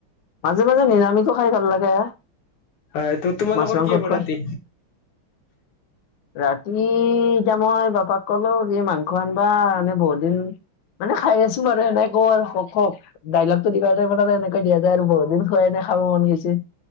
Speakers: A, on the left (about 70°); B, on the left (about 85°).
A: মাজে মাজে নিৰামিষো খাই ভাল লাগে! হা
B: হয় ত তোমালোকৰ
A: মাছ, মাংসতকৈ
B: কি হ'ব ৰাতি
A: ৰাতি এতিয়া মই বাবাক কলো এই মাংস, আনিবা এনে বহুতদিন- মানে খাই আছো। আৰু সেনেকুৱা আৰু হক- কওক ডাইলগটো দিবা যায় মানে এনেকে দিবা যায় আৰু বহুত দিন খুৱাই নাই খাব মন গৈছে।